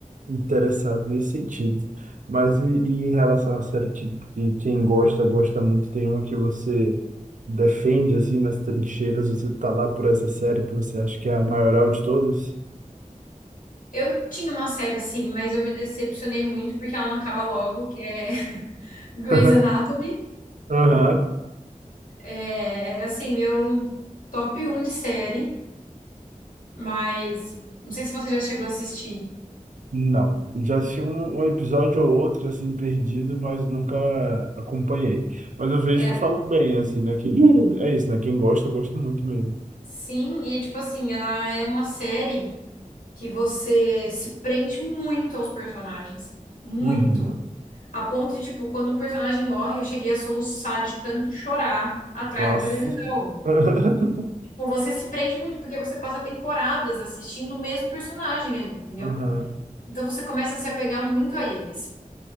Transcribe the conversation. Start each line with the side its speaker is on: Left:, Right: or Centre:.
Right: interessado nesse sentido. Mas e, e em relação à série que, que quem gosta, gosta muito, tem uma que você defende, assim, nas trincheiras, você tá lá por essa série que você acha que é a maioral de todas?
Left: Eu tinha uma série assim, mas eu me decepcionei muito porque ela não acaba logo, que é <laughs> Grey's
Right: <laughs>
Left: Anatomy.
Right: Aham.
Left: É, era assim, meu top um de série, mas não sei se você já chegou a assistir.
Right: Não, já assisti um, um episódio ou outro, assim, perdido, mas nunca acompanhei. Mas eu vejo
Left: É,
Right: que falam bem, assim, né? Que, é isso, né? Quem gosta, gosta muito mesmo.
Left: sim, e tipo assim, ela é uma série que você se prende muito aos personagens. Muito.
Right: Uhum.
Left: A ponto de, tipo, quando um personagem morre, eu cheguei a soluçar de tanto chorar atrás
Right: Nossa.
Left: da televisão.
Right: <laughs>
Left: Tipo, você se prende muito, porque você passa temporadas assistindo o mesmo personagem ali, entendeu?
Right: Aham.
Left: Então você começa a se apegar muito a eles.